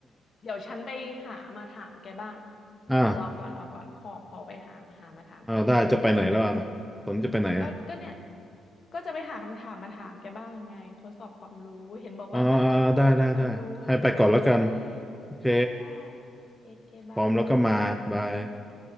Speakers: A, on the left; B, in the centre.
A: เดี๋ยวฉันไปหามาถามแกบ้าง
B: <laughs> อ่า
A: รอก่อนรอก่อนขอขอไปหาหามาถามแกอยากอยากเออ
B: อ่าได้จะไปไหนแล้วอ่ะตอนนี้จะไปไหนอ่ะ
A: ก็ก็เนี่ยก็จะไปหาคำถามมาถามแกบ้างไงทดสอบความรู้เห็นบอกว่าแบบ
B: อ่าได้ได้ได้ให้ไปก่อนแล้วกัน
A: มีความรู้อะไรเงี้ยโอเค
B: โอเค
A: ได้ได้โอเคโอเคบาย
B: พร้อมแล้วก็มาบาย
A: ได้